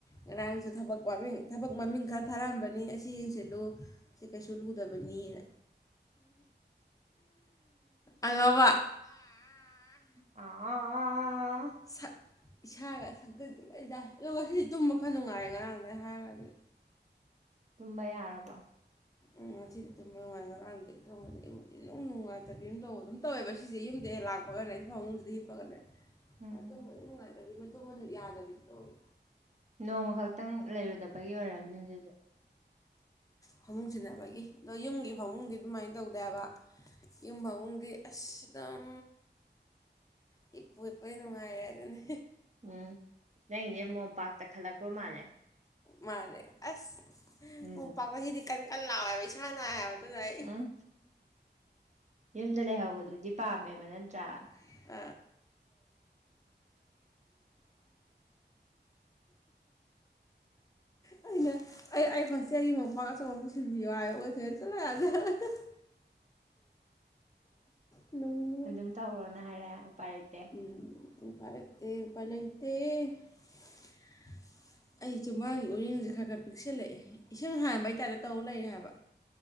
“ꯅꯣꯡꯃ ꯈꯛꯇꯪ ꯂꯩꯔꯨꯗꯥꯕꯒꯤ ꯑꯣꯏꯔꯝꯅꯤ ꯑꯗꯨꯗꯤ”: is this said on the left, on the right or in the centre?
Right